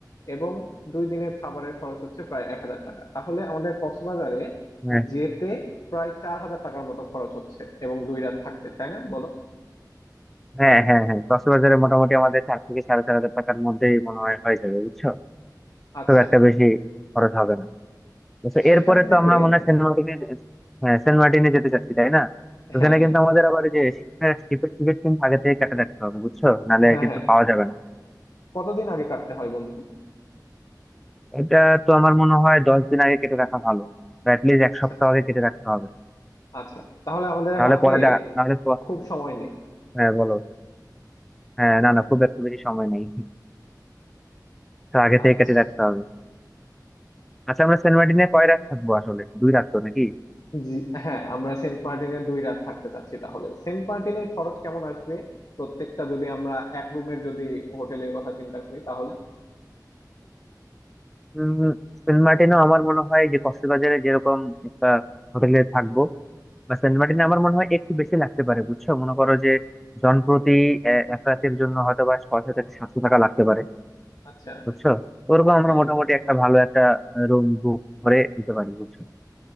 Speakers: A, on the left; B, in the centre.
A: এবং দুই দিনের খাবারের খরচ হচ্ছে প্রায় এক হাজার টাকা তাহলে আমাদের কক্সবাজারে
B: হ্যাঁ
A: যেতে প্রায় চার হাজার টাকার মতো খরচ হচ্ছে এবং দুই রাত থাকতে তাই না বলো
B: হ্যাঁ হ্যাঁ হ্যাঁ কক্সবাজারে মোটামুটি আমাদের চার থেকে সাড়ে চার হাজার টাকার মধ্যেই মনে হয় হয়ে যাবে বুঝছো
A: আচ্ছা
B: খুব একটা বেশি খরচ হবে না বুঝছো
A: সে- সেখান
B: এরপরে তো
A: থেকে
B: আমরা মনে হয় সেন্ট মার্টিনে হ্যাঁ সেন্ট মার্টিনে যেতে চাচ্ছি তাই না ওখানে
A: হ্যাঁ
B: কিন্তু আমাদের আবার এই যে শিপের শিপের টিকিট কিন্তু আগে থেকে কেটে রাখতে হবে বুঝছো নাহলে
A: হ্যাঁ
B: কিন্তু
A: হ্যাঁ
B: পাওয়া যাবে না
A: কতদিন আগে কাটতে হয় বন্ধু
B: এটা তো আমার মনে হয় দশ দিন আগে কেটে রাখা ভালো বা লিস্ট এক
A: আচ্ছা
B: সপ্তাহ আগে কেটে রাখতে হবে
A: আচ্ছা তাহলে আমাদের
B: নাহলে
A: হাতে
B: পরে দেখা নাহলে প-
A: খুব সময় নেই
B: হ্যাঁ বলো হ্যাঁ না না খুব একটা বেশি সময় নেই তো আগে থেকে
A: আচ্ছা
B: কেটে রাখতে হবে আচ্ছা আমরা সেন্ট মার্টিনে কয় রাত থাকবো আসলে দুই রাত তো নাকি
A: জি- হ্যাঁ আমরা সেন্ট মার্টিনে দুই রাত থাকতে চাচ্ছি তাহলে সেন্ট মার্টিনের খরচ কেমন আসবে প্রত্যেকটা যদি আমরা এক রুমের যদি হোটেলের কথা চিন্তা করি তাহলে
B: উম সেন্ট মার্টিনও আমার মনে হয় যে কক্সবাজারে যেরকম একটা হোটেলে থাকবো বা সেন্ট মার্টিনে আমার মনে হয় একটু বেশি লাগতে পারে বুঝছো মনে করো যে জনপ্রতি আহ, এক রাতের জন্য হয়তো বা ছয়শো থেকে সাতশো টাকা লাগতে পারে
A: আচ্ছা
B: বুঝছো ওরকম আমরা
A: হ্যাঁ
B: মোটামুটি একটা ভালো একটা রুম বুক করে দিতে পারি বুঝছো